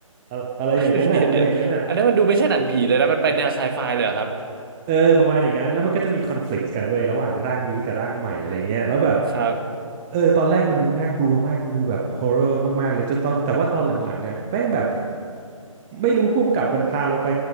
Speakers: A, in the centre; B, on the right.
A: อะไรอะไรอย่างนั้นน่ะอะไรอย่างนั้นน่ะ
B: <laughs> เดี๋ยวเดี๋ยวอันนั้นมันดูไม่ใช่หนังผีเลยนะมันไปแนวไซไฟเลยเหรอครับ
A: เออประมาณอย่างนั้นแล้วมันก็จะมีคอนฟ lict กต์กันเว้ยระหว่างร่างนี้กับร่างใหม่อะไรเงี้ยแล้วแบบ
B: ครับ
A: เออตอนแรกมันดูน่ากลัวมากมันดูแบบฮอ r ์เรอร์มากๆเลยจนตอนแต่ว่าตอนหลังๆอ่ะแม่งแบบไม่รู้ผู้กกับมันพาเราไป